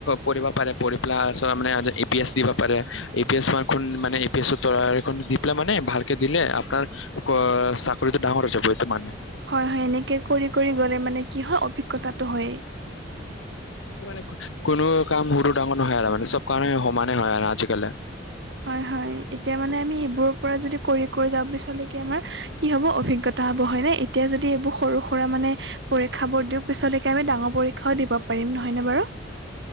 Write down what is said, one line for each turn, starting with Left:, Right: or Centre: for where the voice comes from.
Left: পঢ়িব পাৰে পঢ়ি পেলাই আ, মানে এপি এছ দিবা পাৰে। এ, পি, এছ, মাৰ ম এ, পি, এছৰ, ত দি পেলাই মানে ভালকে দিলে আপোনাৰ ক, চাকৰিটো ডাঙৰ হৈ যাব এ'ত মানে
Right: হয়, হয়, এনেকে কৰি কৰি গ'লে মানে কি হয় অভিজ্ঞতাটো হয়।
Left: মানে কোনো কাম সুৰু ডাঙৰ নহয় আৰু মানে চ'ব কামে সমানে হয় আৰু আজিকালি।
Right: হয়, হয়, এতিয়া মানে আমি এইবোৰৰ পৰা যদি কৰি কৰি যাওঁ পিচলেকে আমাৰ কি হ'ব অভিজ্ঞতা হ'ব, হয়নে এতিয়া যদি এইবোৰ সৰু সুৰা মানে পৰীক্ষাবোৰ দিওঁ পিছলৈকে আমি ডাঙৰ পৰীক্ষাও দিব পাৰিম নহয়নে বাৰু।